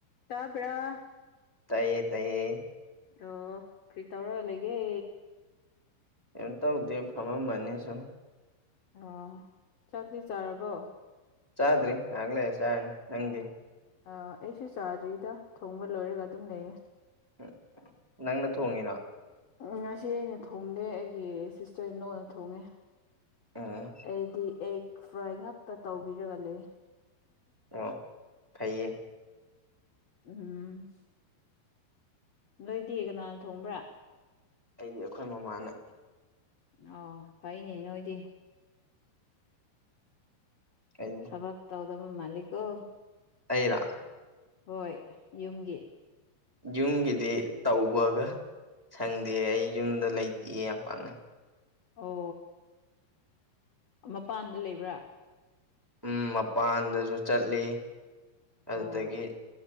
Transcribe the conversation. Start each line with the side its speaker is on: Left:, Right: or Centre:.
Left: ꯇꯥꯕ꯭ꯔꯥ
Centre: ꯇꯥꯏꯌꯦ ꯇꯥꯏꯌꯦ
Left: ꯑꯣ ꯀꯔꯤ ꯇꯧꯔꯒ ꯂꯩꯒꯦ
Centre: ꯀꯩꯝ ꯇꯧꯗꯦ ꯐꯝꯃꯝꯕꯅꯦ ꯁꯨꯝ
Left: ꯑꯣ ꯆꯥꯛꯇꯤ ꯆꯥꯔꯕꯣ
Centre: ꯆꯥꯗ꯭ꯔꯤ ꯉꯥꯏꯍꯥꯛ ꯂꯩ ꯆꯥꯔꯅꯤ ꯅꯪꯗꯤ
Left: ꯑ ꯑꯩꯁꯨ ꯆꯥꯗ꯭ꯔꯤꯗ ꯊꯣꯡꯕ ꯂꯣꯏꯔꯒ ꯑꯗꯨꯝ ꯂꯩꯌꯦ
Centre: ꯎꯝ ꯅꯪꯅ ꯊꯣꯡꯉꯤꯅꯣ
Left: ꯎꯝ ꯉꯁꯤ ꯑꯩꯅ ꯊꯣꯡꯗꯦ ꯑꯩꯒꯤ ꯁꯤꯁꯇꯔ ꯏ ꯂꯣꯅ ꯊꯣꯡꯉꯦ
Centre: ꯎꯝ
Left: ꯑꯩꯗꯤ ꯑꯦꯒ ꯐ꯭ꯔꯥꯏ ꯉꯥꯛꯇ ꯇꯧꯕꯤꯔꯒꯅꯦ
Centre: ꯑꯣ ꯐꯩꯌꯦ
Left: ꯎꯝ ꯅꯣꯏꯗꯤ ꯀꯅꯥꯅ ꯊꯣꯡꯕ꯭ꯔꯥ
Centre: ꯑꯩꯗꯤ ꯑꯩꯈꯣꯏ ꯃꯃꯥꯅ
Left: ꯑꯣ ꯐꯩꯅꯦ ꯅꯣꯏꯗꯤ
Centre: ꯀꯩ
Left: ꯇꯕꯛ ꯇꯎꯗꯃ ꯃꯥꯜꯛꯣ
Centre: ꯑꯩꯔꯥ
Left: ꯍꯣꯏ ꯌꯨꯝꯒꯤ
Centre: ꯌꯨꯝꯒꯤꯗꯤ ꯇꯧꯕꯒ ꯁꯪꯗꯦ ꯑꯩ ꯌꯨꯝꯗ ꯂꯩꯇꯦꯌꯦ ꯌꯥꯝ ꯄꯥꯛꯅ
Left: ꯑꯣ ꯃꯄꯥꯟꯗ ꯂꯩꯕ꯭ꯔꯥ
Centre: ꯎ ꯃꯄꯥꯟꯗꯁꯨ ꯆꯠꯂꯤ ꯑꯗꯨꯗꯒꯤ
Left: ꯑꯣ